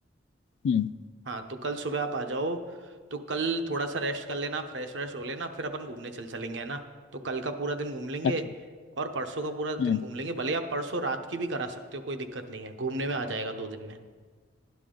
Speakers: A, on the left (about 75°); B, on the right (about 75°).
A: हम्म
B: हाँ तो कल सुबह आप आ जाओ तो कल थोड़ा सा रेस्ट कर लेना फ्रेश व्रेश हो लेना फिर अपन घूमने चल चलेंगे है ना तो कल का पूरा दिन घूम लेंगे
A: अच्छा
B: और परसों का पूरा दिन
A: हम्म
B: घूम लेंगे भले आप परसों रात की भी करा सकते हो कोई दिक्कत नहीं है घूमने में आ जाएगा दो दिन में